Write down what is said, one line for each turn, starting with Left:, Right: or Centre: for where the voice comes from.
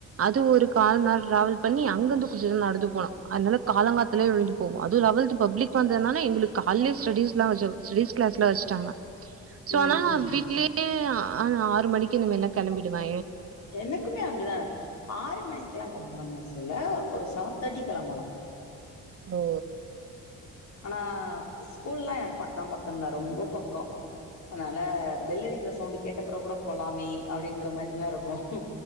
Right: அது ஒரு கால்ம்நேரோ டிராவல் பண்ணி அங்கருந்து கொஞ்சோ தூரோ நடந்து போனு அதுனால காலங்காத்தலயே எழுந்து போவோ அது லெவல்த் பப்ளிக் வந்ததுனால எங்களுக்கு காலையே ஸ்டடிஸ்ல்லா ஸ்டிஸ் கிளாஸ்ல வச்ட்டாங்க சோ
Left: ம்
Right: ஆனா
Left: ம்
Right: வீட்லியே ஆ ஆறு மணிக்கு இந்தமாரில்லா கிளம்பிடுவே
Left: எனக்குமே அப்டிதா ஆறு மணிக்குல்லா கெளம்பணு அவசியமோ இல்ல ஒரு செவன் தேட்டிக்கு கெளம்பணு
Right: ஓ
Left: ஆனா ஸ்கூல்ல எனக்கு பக்கோ பக்கோ தா ரொம்ப பக்கோ அதனால பெல் அடிக்கிற சவுண்டு் கேட்டப்பெறமகு கூட போலாமே அப்டின்ற மாரில்லா இருக்கு